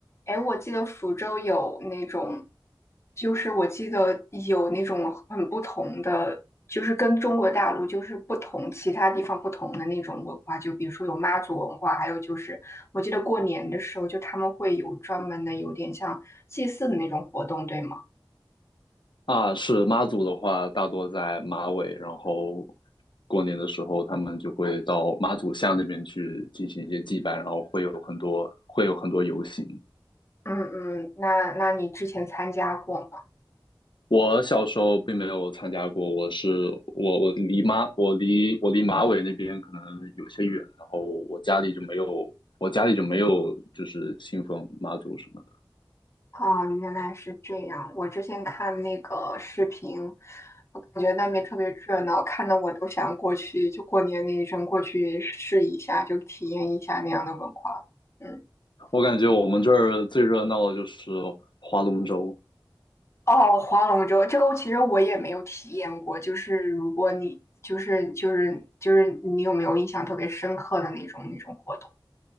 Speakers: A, on the left (about 30°); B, on the left (about 65°).
A: 哎，我记得福州有那种，就是我记得有那种很不同的，就是跟中国大陆就是不同，其他地方不同的那种文化，就比如说有妈祖文化，还有就是我记得过年的时候，就他们会有专门的有点像祭祀的那种活动，对吗？
B: 啊，是妈祖的话，大多在马尾，然后过年的时候，他们就会到妈祖像那边去进行一些祭拜，然后会有很多会有很多游行。
A: 嗯嗯，那那你之前参加过吗？
B: 我小时候并没有参加过，我是我我离妈我离我离马尾那边可能有些远，然后我家里就没有我家里就没有就是信奉妈祖什么的。
A: 啊，原来是这样。我之前看那个视频，我感觉那边特别热闹，看得我都想过去，就过年那一阵过去试一下，就体验一下那样的文化了。嗯，
B: 我感觉我们这儿最热闹的就是划龙舟，
A: 哦，划龙舟这个其实我也没有体验过，就是如果你就是就是就是你有没有印象特别深刻的那种那种活动